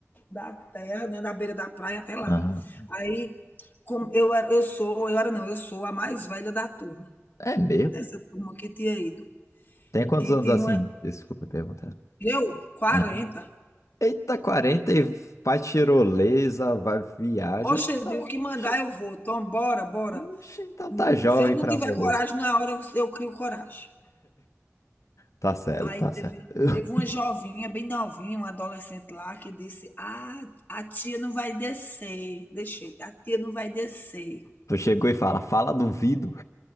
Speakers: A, on the left (about 35°); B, on the left (about 85°).
A: da terra, né, da beira da praia até lá.
B: Aham.
A: Aí, como eu era eu sou eu era não, eu sou a mais velha da turma,
B: É mesmo?
A: dessa turma que tinha ido.
B: Tem quantos
A: E
B: anos
A: tinha
B: assim?
A: uma
B: Desculpa perguntar.
A: eu? quarenta
B: Aham. Eita, 40 e faz tirolesa, vai viaja.
A: Oxe, eu digo:
B: Tá...
A: "O que mandar
B: Oxe,
A: eu vou, tom, bora, bora".
B: oxe, então
A: Hum,
B: tá jovem
A: se eu não
B: pra
A: tiver
B: o meu
A: coragem
B: gosto.
A: na hora, eu eu crio coragem.
B: Tá certo,
A: Aí
B: tá
A: teve
B: certo. <laughs>
A: teve uma jovinha, bem novinha, uma adolescente lá que disse: "Ah, a tia não vai descer", deixei "A tia não vai descer".
B: Tu chegou e fala, fala duvido.